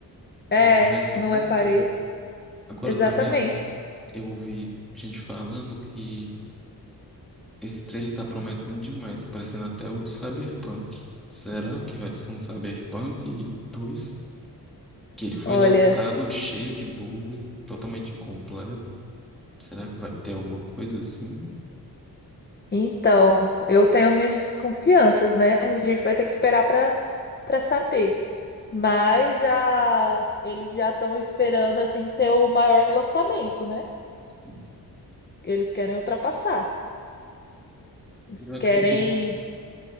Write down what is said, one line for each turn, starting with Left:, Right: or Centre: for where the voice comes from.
Left: É,
Centre: É uma imersão
Left: não
Centre: completa.
Left: é parede.
Centre: Agora
Left: Exatamente.
Centre: também. é um Eu ouvi gente falando que esse trailer tá prometendo demais, tá parecendo até o do Cyberpunk. Será que vai ser um Cyberpunk dois Que ele foi
Left: Olha,
Centre: lançado cheio de bug, totalmente incompleto. Será que vai ter alguma coisa assim?
Left: então, eu tenho minhas desconfianças, né? A gente vai ter que esperar para para saber. Mas a eles já estão esperando assim ser o maior lançamento, né?
Centre: Sim.
Left: eles querem ultrapassar. Eles
Centre: Eu acredito.
Left: querem